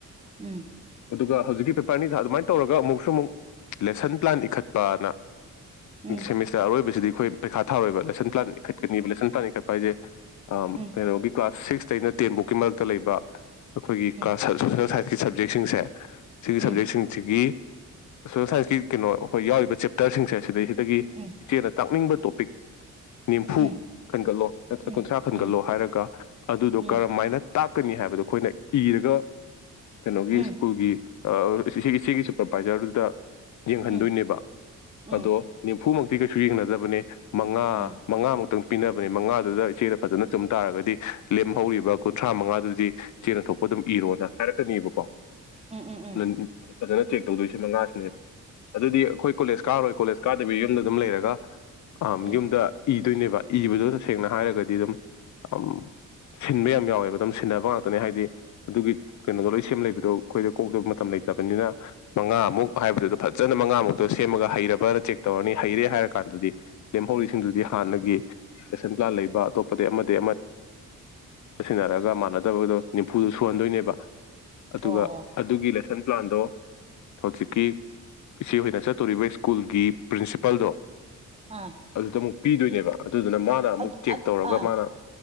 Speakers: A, on the right (about 20°); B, on the left (about 65°).
A: ꯎꯝ
B: ꯑꯗꯨꯒ ꯍꯧꯖꯤꯛꯀꯤ ꯄꯦꯄꯔ ꯑꯅꯤ ꯊꯥ ꯑꯗꯨꯃꯥꯏꯅ ꯇꯧꯔꯒ ꯑꯃꯨꯛ ꯁꯃꯨꯛ ꯂꯦꯁꯟ ꯄ꯭ꯂꯥꯟ ꯏꯈꯠꯄꯅ
A: ꯎꯝ
B: ꯁꯦꯝꯦꯃꯤꯁꯦꯣꯣꯏꯦꯁꯤꯗꯤ ꯑꯩꯈꯣꯏ ꯄꯩꯈꯥ ꯊꯥꯔꯣꯏꯕꯥꯏꯁꯟ ꯄ꯭ꯂꯥꯟ ꯏꯈꯠꯀꯅꯤꯕ ꯂꯥꯏꯁꯟ ꯄ꯭ꯂꯥꯟ ꯏꯈꯠꯄ ꯍꯥꯏꯁꯦ ꯑ
A: ꯎꯝ
B: ꯀꯩꯅꯣ ꯀ꯭ꯂꯥꯁ ꯁꯤꯛꯁ ꯑꯩꯅ ꯇꯦꯟꯕꯨꯛꯀꯤ ꯃꯔꯛꯇ ꯂꯩꯕ ꯑꯩꯈꯣꯏꯒꯤ
A: ꯎꯝ
B: ꯁꯞꯖꯦꯛꯁꯤꯡꯁꯦ ꯁꯤꯒꯤ
A: ꯎꯝ
B: ꯁꯕꯖꯦꯛꯁꯤꯡꯁꯤꯒꯤ ꯁꯣꯁꯦꯜ ꯁꯥꯏꯟꯁꯀꯤ ꯀꯩꯅꯣ ꯑꯩꯈꯣꯏ ꯌꯥꯎꯔꯤꯕ ꯆꯦꯞꯇꯔꯁꯤꯡꯁꯦ ꯁꯤꯗꯩꯁꯤꯗ ꯑꯒꯤ
A: ꯎꯝ
B: ꯏꯆꯦꯅ ꯇꯥꯛꯅꯤꯡꯕ ꯇꯣꯄꯤꯛ ꯅꯤꯝꯐꯨ
A: ꯎꯝ
B: ꯈꯟꯒꯠꯂꯣ ꯅꯠꯇ꯭ꯔ
A: ꯎꯝ
B: ꯀꯨꯟꯊ꯭ꯔꯥ ꯈꯟꯒꯠꯂꯣ
A: ꯎꯝ
B: ꯍꯥꯏꯔꯒ ꯗꯗꯨ
A: ꯎꯝ
B: ꯀꯔꯝ ꯃꯥꯏꯅ ꯇꯥꯛꯀꯅꯤ ꯍꯥꯏꯕꯗꯣ ꯑꯩꯈꯣꯏꯅ ꯏꯔꯒ ꯀꯩꯅꯣꯒꯤ
A: ꯎꯝ
B: ꯁ꯭ꯀꯨꯜꯒꯤ ꯁꯤ ꯁꯤꯒꯤ ꯁꯨꯄꯔꯚꯥꯏꯖꯔꯗꯨꯗ ꯌꯦꯡꯍꯟꯗꯣꯏꯅꯦꯕ
A: ꯎꯝ ꯎꯝ ꯎꯝ
B: ꯑꯗꯣ ꯐꯨꯃꯛꯇꯤ ꯀꯩꯁꯨ ꯌꯦꯡꯅꯗꯕꯅꯦ ꯃꯉꯥ
A: ꯎꯝ ꯎꯝ ꯎꯝ ꯎꯝ ꯎꯝ ꯎꯝ ꯎꯝ ꯎꯝ
B: ꯃꯉꯥꯃꯛ ꯇꯪꯄꯤꯅꯕꯅꯤ ꯃꯉꯥ ꯑꯗꯨꯗ ꯏꯆꯦꯗ ꯐꯖꯅ ꯆꯨꯝ ꯇꯥꯔꯒꯗꯤ ꯂꯦꯝꯍꯧꯔꯤꯕ ꯀꯨꯟꯊ꯭ꯔꯥ ꯃꯉꯥꯗꯨꯗꯤ <unintelligible> ꯆꯦꯅ ꯊꯣꯛꯄ ꯑꯗꯨꯝ ꯏꯔꯣꯅ ꯍꯥꯏꯔꯛꯀꯅꯦꯕꯀꯣ
A: ꯎꯝ ꯎꯝ
B: ꯑꯗꯨ ꯐꯖꯅ ꯆꯦꯛ ꯇꯧꯗꯣꯏꯁꯤ ꯃꯉꯥꯁꯤꯅꯦꯕ ꯑꯗꯨꯗꯤ ꯑꯩꯈꯣꯏ ꯀꯣꯂꯦꯖ ꯀꯥꯔꯔꯣꯏ ꯀꯣꯂꯦꯖ ꯀꯥꯗꯕꯤ ꯌꯨꯝꯗ ꯑꯗꯨꯝ ꯂꯩꯔꯒ ꯑ
A: ꯎꯝ ꯎꯝ
B: ꯌꯨꯝꯗ
A: ꯎꯝ
B: ꯇꯣꯏꯅꯦꯕ ꯏꯕꯗꯣ ꯇꯁꯦꯡꯅ ꯍꯥꯏꯔꯒꯗꯤ ꯑꯗꯨꯝ ꯑꯝ ꯁꯤꯟꯕ ꯌꯥꯝ ꯌꯥꯎꯋꯦꯕ ꯑꯗꯨꯝ ꯁꯤꯟꯅꯕ ꯉꯥꯛꯇꯅꯦ ꯍꯥꯏꯗꯤ ꯑꯗꯨꯒꯤ ꯀꯩꯅꯣꯗꯣ ꯂꯣꯏ ꯁꯦꯝ ꯂꯩꯕꯗ ꯑꯗꯣ ꯑꯩꯈꯣꯏꯗ ꯀꯣꯛꯇꯕ ꯃꯇꯝ ꯂꯩꯇꯕꯅꯤꯅ ꯃꯉꯥꯃꯨꯛ ꯍꯥꯏꯕꯗꯨꯗ ꯐꯖꯦ ꯐꯖꯅ ꯃꯉꯥꯃꯨꯛꯇꯣ ꯁꯦꯝꯃꯒ ꯍꯩꯔꯕ꯭ꯔꯅ ꯆꯦꯛ ꯇꯧꯔꯅꯤ ꯍꯩꯔꯦ ꯍꯥꯏꯔ ꯀꯥꯟꯗꯗꯤ ꯂꯦꯝꯍꯧꯔꯤꯁꯤꯡꯗꯨꯗꯤ ꯍꯥꯟꯅꯒꯤ ꯂꯦꯁꯟ ꯄ꯭ꯂꯥꯟ ꯂꯩꯕ ꯑꯇꯣꯞꯄꯗꯤ ꯑꯃꯗꯤ ꯑꯃ ꯁꯤꯟꯅꯔꯒ ꯃꯥꯟꯅꯗꯕꯗꯣ ꯅꯤꯝꯐꯨꯗꯣ ꯁꯨꯍꯟꯗꯣꯏꯅꯦꯕ ꯑꯗꯨꯒ
A: ꯑꯣ
B: ꯑꯗꯨꯒꯤ ꯂꯦꯁꯟ ꯄ꯭ꯂꯥꯟꯗꯣ ꯍꯧꯖꯤꯛꯀꯤ ꯏꯆꯦꯍꯣꯏꯅ ꯆꯠꯇꯣꯔꯤꯕ ꯁ꯭ꯀꯨꯜꯒꯤ ꯄ꯭ꯔꯤꯟꯁꯤꯄꯥꯜꯗꯣ
A: ꯑꯥ
B: ꯑꯗꯨꯗꯃꯨꯛ ꯄꯤꯗꯣꯏꯅꯦꯕ ꯑꯗꯨꯗꯨꯅ ꯃꯥꯅ ꯑꯃꯨꯛ
A: ꯑꯥ
B: ꯆꯦꯛ ꯇꯧꯔꯒ
A: ꯑꯥ
B: ꯃꯥꯅ